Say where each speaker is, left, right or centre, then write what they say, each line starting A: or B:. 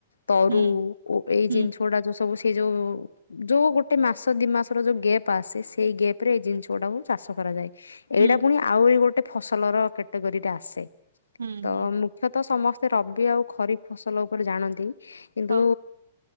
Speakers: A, on the left (about 80°); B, on the right (about 75°).
A: ତରୁଓ
B: ହୁଁ
A: ଏଇ
B: ହୁଁ
A: ଜିନିଷ ଗୁଡା ଯୋଉ ସବୁ ଶିଖି ସେ ଯେଉଁ ଯୋଉ ଗୋଟେ ମାସ ଦି ମାସର ଯୋଉ ଗେପ୍ ଆସେ ସେଇ ଗେପ ରେ ଏଇ ଜିନିଷ ଗୁଡାକୁ ଚାଷ କରାଯାଏ।
B: ହୁଁ
A: ଏଇଟା ପୁଣି ଆହୁରି ଗୋଟେ ଫସଲର କ୍ୟାଟେଗୋରୀ ରେ ଆସେ।
B: ହୁଁ
A: ତ
B: ହୁଁ
A: ମୁଖ୍ୟତଃ ସମସ୍ତେ ରବି ଆଉ ଖରିଫ୍ ଫସଲ ଉପରେ ଜାଣନ୍ତି। କିନ୍ତୁ
B: ହଁ